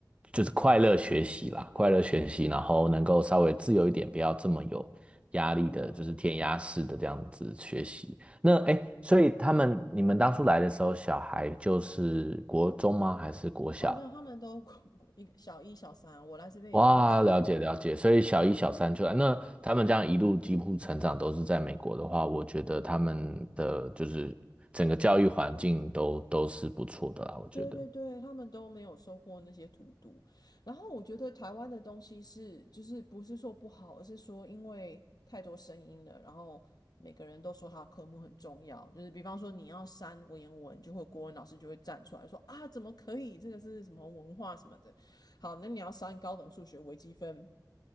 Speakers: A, on the right; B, on the left.
A: 就是快乐学习啦，快乐学习，然后能够稍微自由一点，不要这么有压力的，
B: 嗯，
A: 就是填鸭式的这样子学习。那哎，诶所以他们你们当初来的时候，小孩就是国中吗？还是国小？
B: 哦没有，他们都 <laughs> 一个小一小三啊，我来这边已经八年了，
A: 哇，了解了解，所以小一、
B: 对。
A: 小三出来，那他们这样一路几乎成长都是在美国的话，我觉得他们的就是整个教育环境都都是不错的啦，我觉得。
B: 对对对，他们都没有收过那些荼毒。然后我觉得台湾的东西是，就是不是说不好，而是说因为太多声音了，然后每个人都说他的科目很重要。就是比方说你要删文言文，就会国文老师就会站出来说啊，怎么可以？这个是什么文化什么的。好，那你要删高等数学微积分。